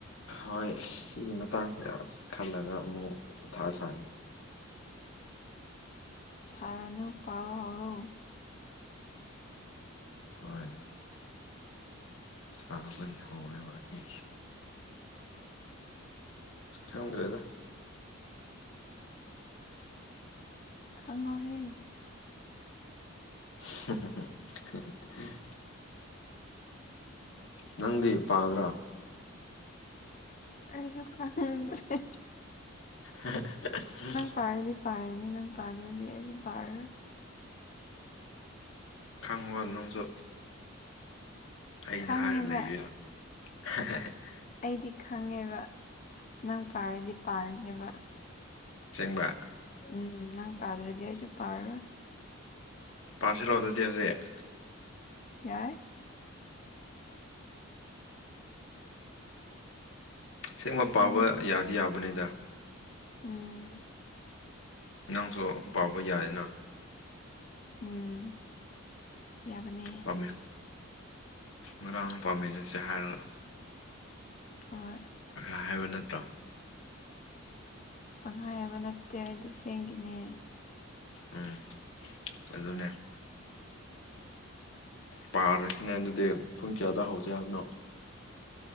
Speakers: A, on the left (about 70°); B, on the left (about 35°).
A: ꯍꯣꯏ ꯁꯤꯒꯤ ꯃꯇꯥꯡꯁꯦ ꯑꯁ ꯈꯜꯂꯒ ꯑꯃꯨꯛ ꯑꯣꯊꯁꯥ
B: ꯁꯥꯔꯅꯨ ꯄꯥꯎ ꯍꯧꯔꯣ
A: ꯍꯣꯏ ꯁꯥꯥꯕꯅꯤ ꯍꯧꯔꯉ ꯏꯦ ꯈꯪꯗ꯭ꯔꯦꯗ
B: ꯈꯪꯉꯣꯍꯦ
A: <inaudible> ꯅꯪꯗꯤ ꯄꯥꯒꯗ꯭ꯔꯥ
B: ꯑꯩꯁꯨ ꯈꯟꯗ꯭ꯔꯦ
A: ꯎꯝ
B: ꯄꯥꯅꯤ ꯄꯔꯅꯤ ꯅꯪ ꯄꯥꯗ꯭ꯔꯗꯤ ꯄꯔ
A: ꯈꯪꯉꯣ ꯅꯪꯁꯨ ꯑꯩꯗ
B: ꯈꯪꯉꯦꯕ
A: ꯍꯥꯏꯔꯒ ꯂꯩꯌ ꯌꯥ <unintelligible>
B: ꯑꯩꯗꯤ ꯈꯪꯉꯦꯕ ꯅꯪ ꯄꯥꯔꯗꯤ ꯄꯥꯔꯒꯦꯕ
A: ꯆꯦꯡꯕ꯭ꯔꯥ
B: ꯎꯝ ꯅꯪ ꯄꯥꯗ꯭ꯔꯥꯗꯤ ꯑꯩꯁꯨ ꯄꯥꯔꯣꯢ
A: ꯄꯥꯁꯤꯔꯣ ꯑꯗꯨꯗꯤ ꯍꯧꯖꯤꯛ
B: ꯌꯥꯏ
A: ꯑꯦꯡꯕ ꯄꯥꯕ
B: ꯑꯩꯅꯅꯦ
A: ꯌꯥꯗꯤ ꯌꯥꯕꯅꯤꯗ
B: ꯎꯝ
A: ꯅꯪꯁꯨ ꯄꯥꯕ ꯌꯥꯏꯌꯦꯅ
B: ꯎꯝ ꯌꯥꯕꯅꯦ
A: ꯄꯥꯝꯃꯤ ꯉꯔꯥꯡ ꯄꯥꯝꯃꯤꯟꯅꯁꯦ ꯍꯥꯏꯔ
B: ꯍꯣꯏ
A: ꯍꯥꯏꯕ ꯅꯠꯇ꯭ꯔꯣ
B: ꯄꯪꯈꯥꯏ ꯍꯥꯏꯕ ꯅꯠꯇꯦ ꯑꯩꯗꯤ ꯁꯦꯡꯒꯤꯅꯦ
A: ꯎꯝ ꯑꯗꯨꯅꯦ ꯄꯥꯔꯁꯤꯅꯦ ꯑꯗꯨꯗꯤ ꯄꯨꯡ ꯆꯌꯥꯗ ꯍꯧꯁꯦ ꯍꯥꯏꯕꯅꯣ